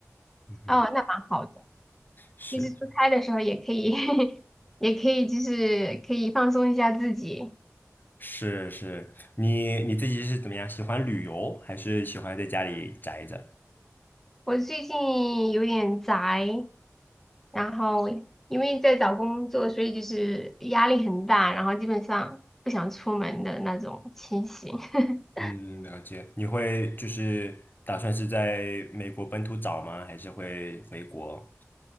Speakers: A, on the left (about 40°); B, in the centre.
A: 嗯哼，
B: 哦，那蛮好的，
A: 是
B: 就是出差的时候也可以，<laughs> 也可以就是可以放松一下自己。
A: 是是，你你自己是怎么样？喜欢旅游还是喜欢在家里宅着？
B: 我最近有点宅，然后因为在找工作，所以就是压力很大，然后基本上不想出门的那种情形。<laughs>
A: 嗯，了解。你会就是打算是在美国本土找吗？还是会回国？